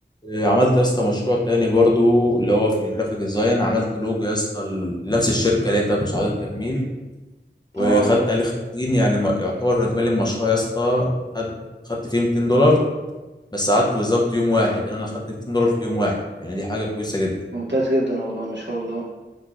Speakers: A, on the left (about 20°); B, on the right (about 70°).
A: عملت يا اسطى مشروع تاني برضو اللي هو في الجرافيك ديزاين عملت لوجو يا اسطى لنفس الشركة اللي هي بتاعت مساعدات التجميل وخدت
B: اه
A: عليه خمسين يعني ما- يعتبر اجمالي المشروع يا اسطى خد خدت فيه 200 دولار بس قعدت بالظبط يوم واحد يعني انا خدت 200 دولار في يوم واحد يعني دي حاجه كويسه جدا
B: ممتاز جدا والله ما شاء الله